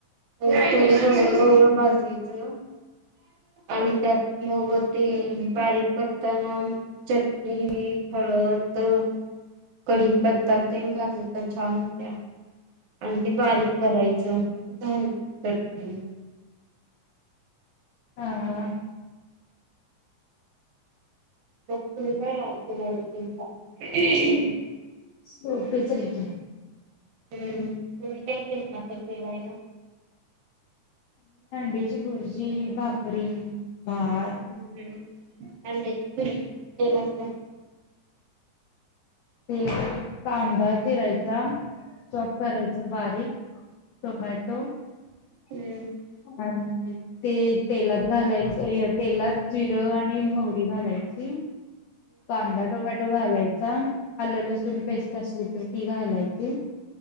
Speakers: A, on the right; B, on the left.
A: त सगळं गवळ भाजायचं आणि त्यात - मग ती बारीक - करताना चटणी हळद त... कडी पत्ता तेल घातलं तर छान होत्या. आणि ते बारीक करायचं झाली चटणी
B: ह हा....
A: त का लाग तुचा <inaudible>
B: सोपेच आहे की.
A: हम्म म काय केलत जेवायला?
B: ड्या ची भुर्जी, भाकरी भात
A: हम्म. <unintelligible>
B: <unintelligible> कांदा चिरायचा. चॉप करायचा
A: हम्म.
B: बारीक टोमॅटो <unintelligible>
A: तिला
B: आणि ते तेलात घालायचं तेलात जिरं आणि मोहरी घालायचं. ची कांदा, टोमॅटो घालायचा. आलं, लसूण पेस्ट असली तर ती घालायची